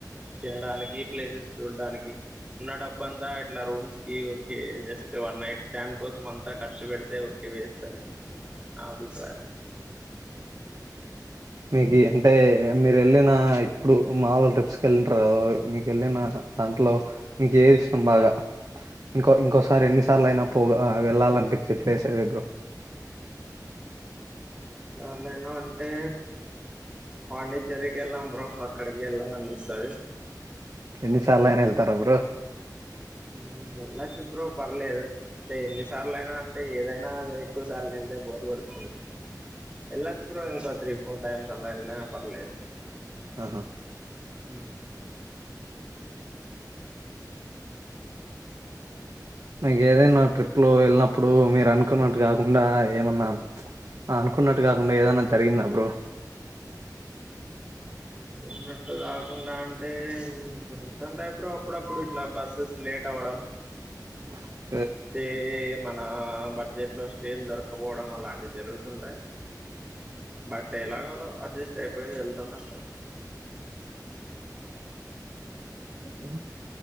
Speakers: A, on the right; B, on the right.
A: తినడానికి ప్లేసెస్ చూడడానికి ఉన్న డబ్బ అంతా ఇట్లా రూమ్స్ కి ఊరికి జస్ట్ వన్ నైట్ స్టాండ్ కోసం అంతా ఖర్చు పెడితే ఊరికి వేస్ట్ అని నా అభిప్రాయం
B: మీకు అంటే మీరు వెళ్ళినా ఇప్పుడు మాముూలు ట్రిప్స్ కి వెళ్ళుంటారు కదా మీకు వెళ్ళినా దాంట్లో మీకు ఏది ఇష్టం బాగా ఇంకో ఇంకోసారి ఎన్నిసార్లు అయినా పో వెళ్ళాలనిపించే ప్లేస్ ఏది బ్రో
A: సార్లుయినా అంటే పాండిచ్చేరికి వెళ్ళాం బ్రో అక్కడికి వెళ్ళాల అనిపిస్తాది
B: ఎన్ని సార్లైనా వెళ్తారా బ్రో
A: ఉ వెళ్ళొచ్చు బ్రో పర్లేదు అంటే ఎన్ని సార్లు అయినా అంటే ఏదైనా ఎక్కువ సార్లు వెళ్తే బోరు కొడుతుంది. వెళ్ళొచు బ్రో ఇంకో ట్రిప్ ఫోర్ టైంస్ అలా వెళ్ళిన పర్లేదు
B: ఆహా
A: హు
B: నాకేదైనా ట్రిప్ లో వెళ్ళినప్పుడు మీరు అనుకున్నట్టు కాకుండా ఏమన్నా అనుకున్నట్టు కాకుండా ఏదన్నా జరిగిందా బ్రో
A: నువ్వు కొన్నట్టు కాదు కుండా అంటే జరుగుతుంటాయి బ్రో అప్పుడప్పుడు ఇట్లా బస్సెస్ లే టవడం
B: <inaudible>
A: తే ఏ మన బడ్జెట్ లో స్టీల్ దొరకపోవడం అలాంటి జరుగుతు ఉంటాయ్ బట్ ఎలాగలో అడ్జస్ట్ అయిపోయి వెళ్తుంటాము బ్రో
B: ఉ